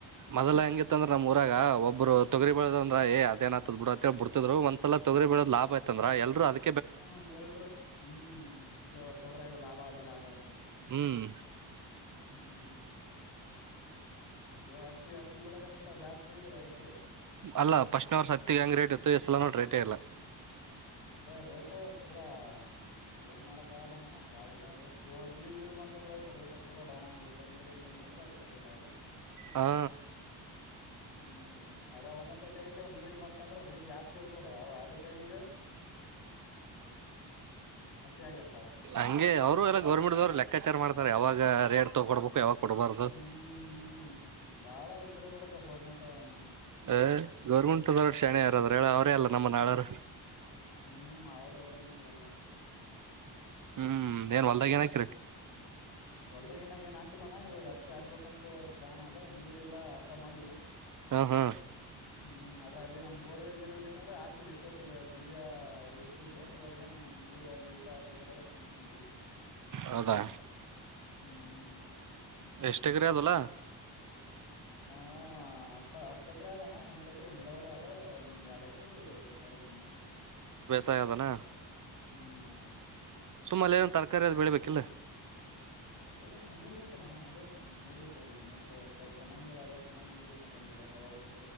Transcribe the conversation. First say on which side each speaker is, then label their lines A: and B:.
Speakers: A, on the right; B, on the left.
A: ಮೊದಲ ಹೆಂಗತ್ತ ಅಂದ್ರ ನಮ್ಮ ಊರಾಗ ಒಬ್ಬ ತಗರಿ ಬಳದ್ರ ಏ ಅದಏನದ್ ಬಿಡ ಅಂತ ಹೇಳಿ ಬಿಡ್ತಿದ್ ಒಂದ್ಸಲ ತೊಗರಿಳದ ಲಾಭ ಆಯತ ಅಂದ್ರ ಎಲ್ರು ಅದು
B: ಹ್ಮ ಎಲ್ರತೊಗರೆಗ ಲಾಭ ಅದ ಲಾಭ ಅದಂತ
A: ಹ್ಮ್
B: ಹ್ಮ್ ಇವಾಗ ಅತ್ತಿ ಅತ್ತಿ ಬೆಳಕತ ಬಿಟ್ ಜಾಸ್ತಿ ಆಯ್ತು
A: ಅಲ್ಲ ಫಸ್ಟ್ವ್ರ ಹತ್ತಿಗೆ ಹೆಂಗಗೆ ರೇಟ್ ಇತ್ತು ಎಸ್ಲ್ಲ ನೋಡ ರೇಟೇ ಎಲ್ಲ
B: ರೇಟ್ ಪೂರಾ ಏನ್ ಮಾಡಕ ಆಗಲ್ಲಣ್ಣ ಬಾಳ ಇದದ ಇವಗ ನೀ ನೀರರ್ಗಿ ಬಂತ ದ್ರ ಆಯ್ತು ರೇಟ್ ಪೂರಾ ಡೌನ್ ಆಗಿಬಿಡುತ್ತ ನೀರ್ ಏನ್ ಇಲ್ಲ ಅಂದ್ರ ಆಯತ ರೇಟ್ ಆಗಿಬಿಡತದ
A: ಹಾ
B: ಹ್ಮ್ ಅದ ಒಂದೊಂದ್ಸತಿ ಆಯ್ತ ನೀರ್ ಬಂತಂದ್ರೆ ರೇಟ್ ಜಾಸ್ತಿ ಇರ್ತದ ಅದೇ ಟೈಮಿಗ ಹಸಿ ಆಗಿರ್ತಾವ
A: ಹಂಗೆ ಅವರು ಎಲ್ಲ ಗೌರ್ಮೆಂಟ್ವರು ಲೆಕ್ಕಾಚಾರ ಮಾಡ್ತಾರೆ ಯಾವಾಗ ರೇಟ್ ತೊಗೊಡ್ಬೇಕು ಯಾವಾಗ ಕೊಡ್ಬಾರ್ದು
B: ಹ್ಮ್ ಹ್ಮ್ ಬಾಳ ಹುಷಾರ ಇದದಾರಪ್ಪಾ ಗೌರ್ಮೆಂಟ್ ಅವನು
A: ಏ್ ಗೌರ್ಮೆಂಟ್ದ ಶಣೆ ಯಾರದ್ರ ಹೇಳ ಅವ್ರೇ ಅಲ್ಲ ನಮ್ಮ ನಾಳಾರರು
B: ಹ್ಮ್ ಅವ್ರ ಇವರೇ ನೋಡ ಎಲ್ಲ
A: ಹ್ಮ್ ಏನ್ ಹೊಲ್ದಾಗ ಏನ ಆಕಿರಿ
B: ಹೊಲ್ದಗ ಇನ್ನ ಏನ್ ಹಾಕಿಲ್ಲಣ್ಣ ಇವಾಗ ಹತ್ತಿ ಹಾಕ್ಬೇಕಂತೂ ಪ್ಲಾನ್ ಆದ ನೀರಿಲ್ಲ ಹಸಾ ಮಾಡಿವಿ
A: ಹಾ ಹಾ
B: ಹ್ಮ್ ಅ್ರ ಅಲ್ಲಿ ನಮ್ ಬೋರ್ವಲ್ ಗಿರಿಲ್ ಇತ್ತಂದ್ರೆ ಆಗ್ತಿದ್ ಇಷ್ಟೊತ್ತ ಈಗ ಬೀಜ ಉರ್ತಿದ್ವಿ ಇವಾಗ ಏನ್ ನೀರ ಅಲ್ಲಿ ಇಲ್ಲ ಅದ್ರ ಸಲಗೆ ಸುಮಕಂತೀವಿ
A: ಹೌದಾ
B: ಹ್ಮ್
A: ಎಷ್ಟ್ ಎಕ್ರೆ ಆದ ಹೊಲ
B: ಹ ಹತ್ತ ಹತ್ತ ಎಕರೆ ಆದದಣ್ಣ ಎಂಟ ಎಕರೆ ನೀರಾವರಿ ಆದದ ಒ ಎರಡು ಎಕ್ಕರೆ ಹೊರ ಭೂಮಿ ಆದ
A: ಸಾಯದಾನ
B: ಹ್ಮ ಅಣ್ಣದು
A: ಸುಮ ಅಲ್ಲಿ ಏನರೆ ತರಕಾರಿ ಅದು ಬೆಳಬೇಕಿಲ್ಲ
B: ತರಕಾರಿ ನೀರ್ ಬೇಕಲ್ಲ ಅಣ್ಣ ಅದ ನೀರ್ ಇಲ್ಲ ಅಲ್ಲಿ ಮೋಟ್ರ ಕೆನಾಲ್ ನೀರ್ ಆದ ಕೆನಲ್ ನೀರಿನ ಬಂದ ಯಾವಾಗ ಬಡು